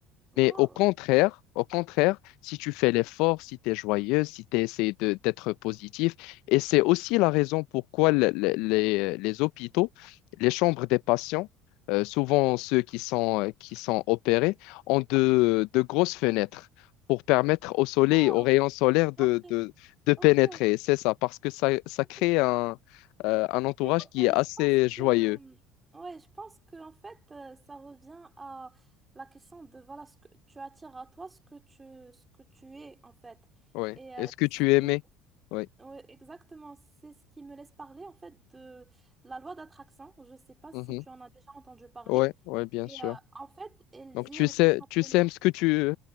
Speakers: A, on the right; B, on the left.
A: Wow,
B: Mais au contraire,
A: ok.
B: au contraire, si tu fais l'effort, si tu es joyeux, si tu essaies de, d'être positif, et c'est aussi la raison pourquoi le- le- les, les hôpitaux, les chambres des patients, euh, souvent ceux qui sont, qui sont opérés, ont de, de grosses fenêtres pour permettre au soleil,
A: Oh,
B: aux rayons solaires de,
A: l'entrée.
B: de, de pénétrer.
A: Ok, ok,
B: C'est ça, parce que ça, ça
A: ok.
B: crée un, euh, un entourage
A: Bah, Écoute,
B: qui
A: euh,
B: est assez
A: je pense
B: joyeux.
A: que, euh, ouais, je pense que en fait, euh, ça revient à la question de voilà, ce que tu attires à toi, ce que tu, ce que tu es en fait.
B: Ouais.
A: Et
B: Est-ce
A: euh,
B: que
A: ce
B: tu aimais?
A: qui-
B: Oui.
A: ouais, exactement, c'est ce qui me laisse parler en fait de la loi d'attraction. Je ne sais pas
B: Mhm.
A: si tu en as déjà entendu parler.
B: Ouais, ouais, bien
A: Et
B: sûr.
A: euh, en fait, elle
B: Donc,
A: dit
B: tu
A: euh,
B: sais,
A: tout simplement
B: tu sèmes ce que tu,